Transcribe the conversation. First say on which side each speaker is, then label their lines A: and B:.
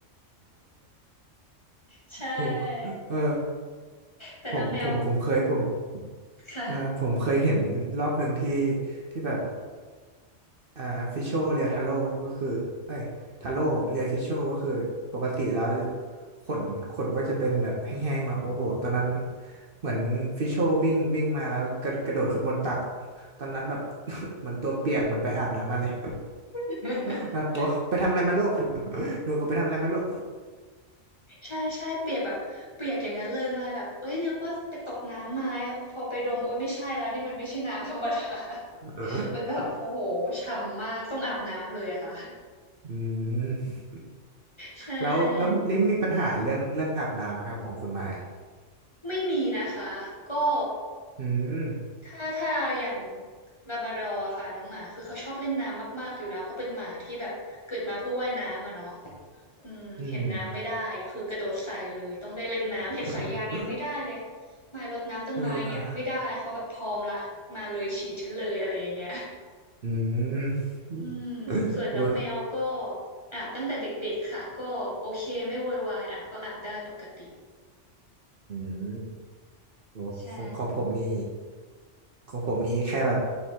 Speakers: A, on the left (about 25°); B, on the right (about 50°).
A: ใช่
B: ผมเออ
A: แต่น้องแมว
B: ผมผมผมเคยผม
A: ค่ะ
B: เออผมเคยเห็นรอบหนึ่งที่ที่แบบอ่าฟิชโชเรียทาโร่ก็คือเอ้ยทาโร่เรียฟิชโชก็คือปกติแล้วขนขนก็จะเป็นแบบแห้งๆเนาะโอ้โหตอนนั้นเหมือนฟิชโชวิ่งวิ่งมาแล้วกระกระโดดขึ้นบนตักตอนนั้นแบบ <laughs> เหมือนตัวเปียกเหมือนไปอาบน้ำมาเลย
A: <laughs>
B: <laughs> แบบโอ้ไปทำอะไรมาลูกหนูไปทำอะไรมาลูก
A: ใช่ใช่เปียกแบบเปียกอย่างนั้นเลยมาแบบเอ้ยนึกว่าไปตกน้ำมาพอไปดมโอ้ยไม่ใช่แล้วนี่มันไม่ใช่น้ำธรรมดา <laughs>
B: อ
A: มันแบบโอ้โหฉ่ำมากต้องอาบน้ำเลยอะค่ะ
B: ืม
A: ใช่
B: แล้วแล้วลิมมีปัญหาเรื่องเรื่องอาบน้ำไหมครับของคุณไม้
A: ไม่มีนะคะก็
B: อืม
A: ถ้าถ้าอย่างลาบราดอร์ค่ะน้องหมาคือเขาชอบเล่นน้ำมากๆอยู่แล้วเขาเป็นหมาที่แบบเกิดมาเพื่อว่ายน้ำอะเนาะ อืมเห็นน้ำไม่ได้คือกระโดดใส่เลยต้องได้เล่นน้ำเห็นสายยางยังไม่ได้เลย
B: อืม <laughs>
A: ไม้รดน้ำต้นไม้เนี่ยไม่ได้เขาแบบพร้อมละมาเลยฉีดฉันเลยอะไรอย่างเงี้ย
B: เอออืม
A: อืมส่วนน้องแมวก็
B: <laughs> โอ้ย
A: อาบตั้งแต่เด็กๆค่ะก็โอเคไม่โวยวายอาบก็อาบได้ปกติ
B: อืม โหของของผมนี่
A: ใช่
B: ของผมนี่แค่แบบ